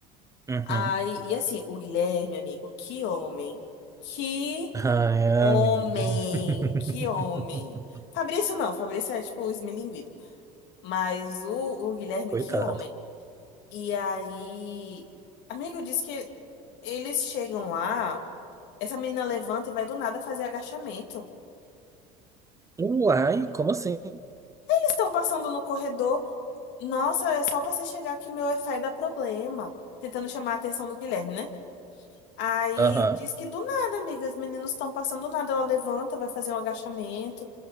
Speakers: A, on the right (about 15°); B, on the left (about 65°).
A: uhum.
B: Aí, e assim, o Guilherme, amigo, que homem. Que
A: Ai,
B: homem.
A: amiga. <laughs>
B: Que homem. Fabrício não, Fabrício é tipo o esmilinguido. Mas o, o Guilherme,
A: Coitado.
B: que homem. E aí, amigo, diz que eles chegam lá, essa menina levanta e vai do nada fazer agachamento.
A: Uai, como assim?
B: Eles estão passando no corredor. Nossa, é só você chegar que meu Wi-Fi dá problema. Tentando chamar a atenção do Guilherme, né? Aí
A: Aham,
B: diz que do nada, amiga, os meninos estão passando, do nada ela levanta, vai fazer um agachamento,